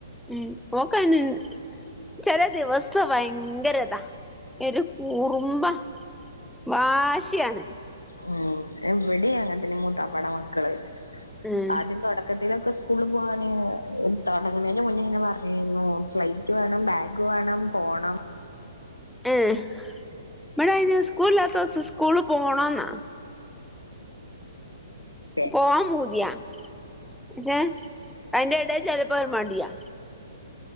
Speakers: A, in the centre; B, on the left (about 80°).
A: ഉം ഓക്കഅയ്ന് ചെലേ ദിവസം ഭയങ്കര ഇതാ ങ്ങനെഒരു കുറുംമ്പാ വാശിയാണ്
B: ഉം അഹ് ഇവടിം അങ്ങൻത്തെന്നെ മൂത്താപ്പാടെ മക്കള്
A: ഉം
B: ആദ്യം തൊടക്കത്തിലൊക്കെ സ് കൂൾള് പോകാന് തൊടങ്ങണേന്റെ മുന്നേ ഇങ്ങനെ പർഞ്ഞീന്നു സ്ലെയ്റ്റ് വേണം ബാഗ് വേണം പോണം
A: ഇഹ് ഇബടെ അയ്‌ന് സ്കൂള് ഇല്ലത്തോസം സ്കൂള് പോണംന്നാ
B: അങ്ങനൊക്കെ
A: പോവാൻ പൂത്യാ പക്ഷേ അയ്ൻ്റെ എടെ ചെൽപ്പൊ ഒര് മടിയാ